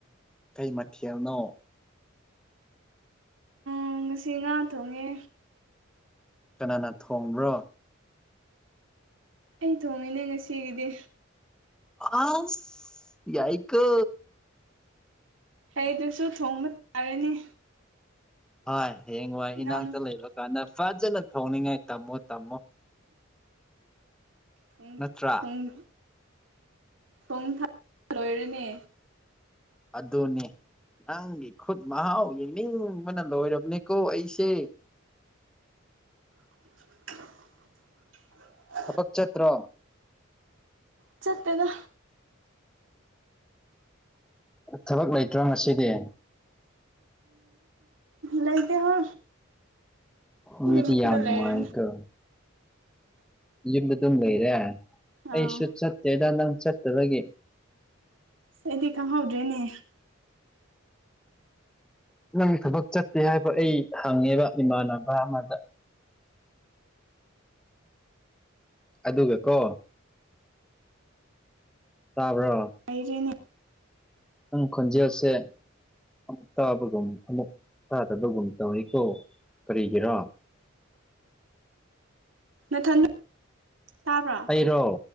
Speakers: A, in the centre; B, on the right.
A: ꯀꯩ ꯃꯊꯦꯜꯅꯣ
B: ꯎ ꯉꯁꯤ ꯉꯥ ꯊꯣꯡꯉꯦ
A: ꯀꯅꯥꯅ ꯊꯣꯡꯕ꯭ꯔꯣ
B: ꯑꯩ ꯊꯣꯡꯉꯤꯅꯦ ꯉꯁꯤꯒꯤꯗꯤ
A: ꯑ ꯌꯥꯏ ꯀ
B: ꯍꯩꯗꯨꯁꯨ ꯊꯣꯡꯕ ꯇꯥꯔꯅꯤ
A: ꯍꯣꯏ ꯍꯌꯦꯡꯋꯥꯏ
B: ꯏꯅꯥꯎꯅ
A: ꯏꯅꯥꯛꯇ ꯂꯩꯕ ꯀꯥꯟꯗ ꯐꯖꯅ ꯊꯣꯡꯅꯤꯡꯉꯥꯏ ꯇꯝꯃꯣ ꯇꯝꯃꯣ
B: ꯊ
A: ꯅꯠꯇ꯭ꯔꯥ
B: ꯊꯣꯡ ꯊꯣꯡ ꯊ ꯂꯣꯏꯔꯅꯦ
A: ꯑꯗꯨꯅꯦ ꯅꯪꯒꯤ ꯈꯨꯠ ꯃꯍꯥꯎ ꯌꯦꯡꯅꯤꯡꯕꯅ ꯂꯣꯏꯔꯕꯅꯤꯀꯣ ꯑꯩꯁꯦ
B: <inaudible>
A: ꯊꯕꯛ ꯆꯠꯇ꯭ꯔꯣ
B: ꯆꯠꯇꯗ
A: ꯊꯕꯛ ꯂꯩꯇ꯭ꯔꯣ ꯉꯁꯤꯗꯤ
B: ꯂꯩꯇ ꯍ
A: ꯃꯤꯗꯤ
B: ꯃꯤ
A: ꯌꯥꯝ ꯅꯨꯡꯉꯥꯏꯀꯣ
B: ꯂꯩꯔ
A: ꯌꯨꯝ ꯑꯗꯨꯝ ꯂꯩꯔꯦ ꯑꯩꯁꯨ
B: ꯑꯥ
A: ꯆꯠꯇꯦꯗ ꯅꯪ ꯆꯠꯇꯕꯒꯤ
B: ꯁꯤꯗꯤ ꯀꯝꯍꯧꯗ꯭ꯔꯦꯅꯦ
A: ꯅꯪ ꯊꯕꯛ ꯆꯠꯇꯦ ꯍꯥꯏꯕ ꯑꯩ ꯍꯪꯉꯦꯕ ꯏꯃꯥꯟꯅꯕ ꯑꯃꯗ ꯑꯗꯨꯒ ꯀꯣ ꯇꯥꯕ꯭ꯔꯣ
B: ꯀ
A: ꯅꯪ ꯈꯣꯟꯖꯦꯜꯁꯦ ꯑꯃꯨꯛ ꯇꯥꯕꯒꯨꯝ ꯑꯃꯨꯛ ꯇꯥꯗꯕꯒꯨꯝ ꯇꯧꯏꯀꯣ ꯀꯔꯤꯒꯤꯔꯥ
B: ꯅꯊꯟ ꯇꯥꯕ꯭ꯔꯥ
A: ꯑꯩꯔꯣ